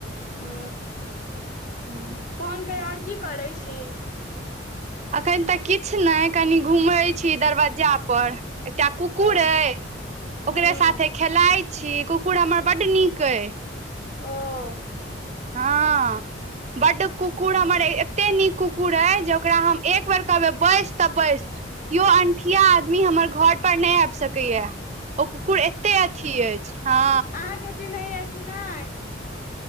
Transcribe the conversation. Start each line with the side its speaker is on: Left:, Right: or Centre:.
Left: हू
Right: हू
Left: तखन कहियो ओर की करै छी
Right: एखन तऽ किछ नै कनि घूमै छी दरवज्जा परर एकटा कुकुर
Left: हँ
Right: अई
Left: हूँ
Right: ओकरे साथे खेलााय छी कुकुर हमर बड्ड नीक अई
Left: ओ
Right: हँ बड कुकुर हमर एते नीक कुकुर यय जे ओकरा हम एक बेर कहबै बैस तऽ बैस कियो अंठिया आदमी हमर घर पर नहि आब सकैया ओ कुकुर एत्ते अथी अछि हँ
Left: आहा के चिनहि ये कि नै